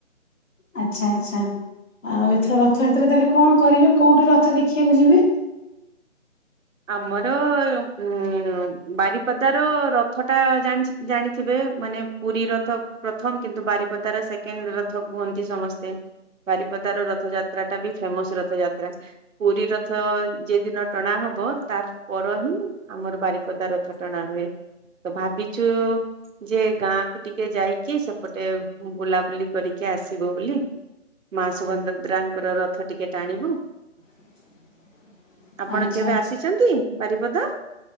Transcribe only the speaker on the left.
ଆଚ୍ଛା ଆଚ୍ଛା ଆଉ ଏଥର ରଥଯାତ୍ରା ତାହେଲେ କଣ କରିବେ କୋଉଠି ରଥ ଦେଖିବାକୁ ଯିବେ।
<inaudible>
ଆଚ୍ଛା
ଆଚ୍ଛା